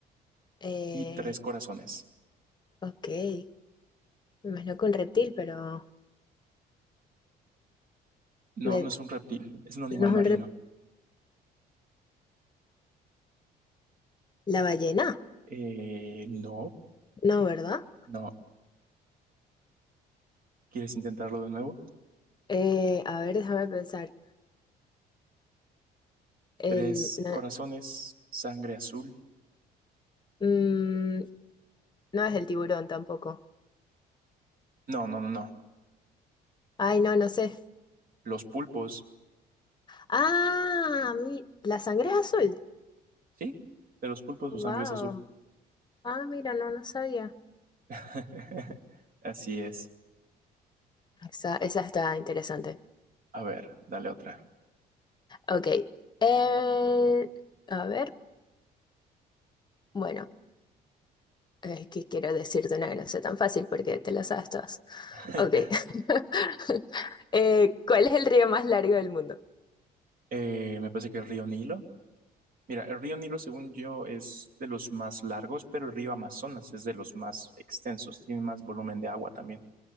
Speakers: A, on the left; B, on the right.
A: Eh,
B: y tres corazones?
A: ok, me imagino que un reptil, pero
B: No,
A: me-
B: no es un reptil, es un animal
A: no es
B: marino.
A: un reptil. La ballena,
B: Eh, no,
A: no, ¿verdad?
B: no. ¿Quieres intentarlo de nuevo?
A: Eh, a ver, déjame pensar. El,
B: Tres
A: na-
B: corazones, sangre azul.
A: mm, no es el tiburón tampoco.
B: No, no, no, no.
A: Ay, no, no sé.
B: Los pulpos,
A: Ah, mi- la sangre es azul.
B: ¿sí? De los pulpos
A: Wow.
B: su sangre es azul.
A: Ah, mira, no, no sabía.
B: <laughs> Así es.
A: Esa, esa está interesante.
B: A ver, dale otra.
A: Ok. eh, a ver, bueno, es que quiero decirte una que no sea tan fácil porque te la sabes todas.
B: <laughs>
A: Ok. <laughs> Eh, ¿cuál es el río más largo del mundo?
B: Eh, me parece que el río Nilo. Mira, el río Nilo, según yo, es de los más largos, pero el río Amazonas es de los más extensos, tiene más volumen de agua también.